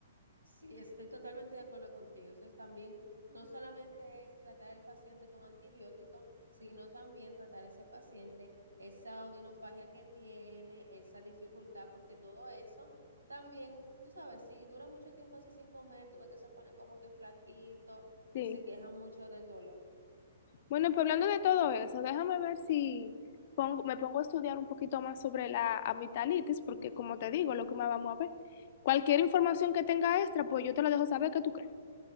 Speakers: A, on the right; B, on the left.
A: Sí, estoy totalmente de acuerdo contigo. Eso es también, no solamente es tratar al paciente con antibióticos, sino también tratar a ese paciente esa odinofagia que tiene, esa dificultad, porque todo eso también, tú sabes, si dura mucho tiempo así sin comer, tú ves que se ponen como que flaquitos y
B: Sí.
A: se quejan mucho del dolor.
B: Bueno, pues hablando de todo eso, déjame ver si pongo- me pongo a estudiar un poquito más sobre la amigdalitis, porque como te digo, es lo que más vamos a ver. Cualquier información que tenga extra, pues yo te lo dejo saber, ¿qué tú crees?